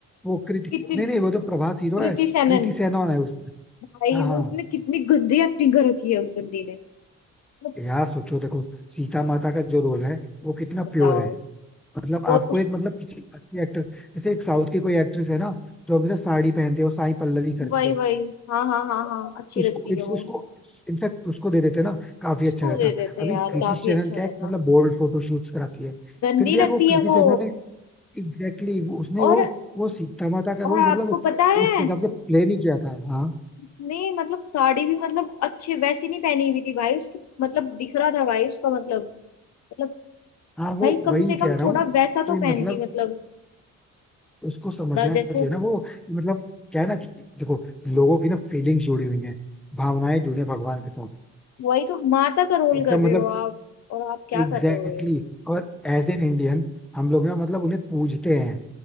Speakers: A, in the centre; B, on the left.
A: वो कृति
B: कितनी
A: नहीं नहीं वो तो प्रभास हीरो
B: कृति
A: है
B: सेनन
A: कृति सेनन है उसमें
B: भाई
A: हाँ
B: वो
A: हाँ
B: इतने कितनी गंदी एक्टिंग कर रखी है उस बंदी ने मतलब
A: यार सोचो देखो सीता माता का जो रोल है वो कितना
B: बताओ
A: प्योर है मतलब आपको
B: वो उस
A: एक मतलब किसी अच्छी एक्टर जैसे एक साउथ की कोई एक्ट्रेस है ना जो हमेशा साड़ी पहनते हो साई पल्लवी करके
B: वही
A: हो
B: वही हाँ हाँ हाँ हाँ अच्छी
A: उसको
B: लगती
A: इस-
B: है वो
A: उसको इनफैक्ट उसको दे देते ना काफी
B: उसको
A: अच्छा रहता
B: दे देते
A: अभी
B: यार
A: कृति
B: काफी
A: शेनन
B: अच्छा
A: क्या है
B: रहता
A: मतलब बोल्ड फोटो शूट्स कराती है
B: गंदी
A: फिर भी यार
B: लगती
A: वो कृति
B: है वो
A: सेनन ने एग्जैक्टली exactly, उसने
B: और
A: वो वो सीता माता का रोल
B: और आपको
A: मतलब
B: पता है
A: उस हिसाब से प्ले नहीं किया था हाँ
B: उसने मतलब साड़ी भी मतलब अच्छे वैसी नहीं पहनी हुई थी भाई उसकी मतलब दिख रहा था भाई उसका मतलब मतलब
A: हाँ वो
B: भाई कम
A: वही
B: से
A: कह
B: कम
A: रहा
B: थोड़ा
A: हूँ
B: वैसा
A: कि
B: तो पहनती
A: मतलब
B: मतलब
A: उसको समझना
B: थोड़ा जैसे
A: चाहिए ना वो मतलब क्या है ना कि देखो लोगों की ना फीलिंग्स जुड़ी हुई हैं भावनाएं जुड़ी हैं भगवान के साथ
B: वही तो माता का रोल
A: एकदम
B: कर रहे
A: मतलब
B: हो आप और आप क्या
A: एग्जैक्टली
B: कर रहे हो ये
A: exactly, और एज एन इंडियन हम लोग ना मतलब उन्हें पूजते हैं